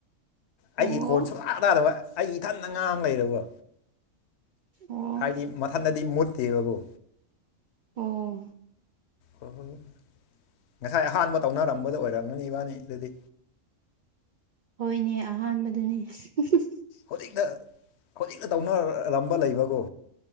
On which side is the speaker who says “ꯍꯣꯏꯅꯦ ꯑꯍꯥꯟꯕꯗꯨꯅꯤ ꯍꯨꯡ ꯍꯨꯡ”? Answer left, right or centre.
Right